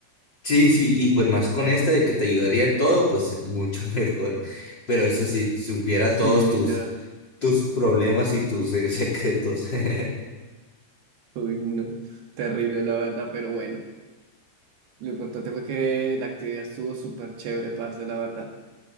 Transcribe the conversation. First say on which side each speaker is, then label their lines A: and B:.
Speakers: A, on the left; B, on the right.
A: Sí, sí, y pues más con esta de que te ayudaría en todo, pues mucho <laughs> mejor. Pero eso sí, supiera
B: Sí,
A: todos
B: literal.
A: tus, tus problemas y tus eh, secretos. <laughs>
B: Uy, no. Terrible, la verdad, pero bueno. Lo importante fue que la actividad estuvo súper chévere, parce, la verdad.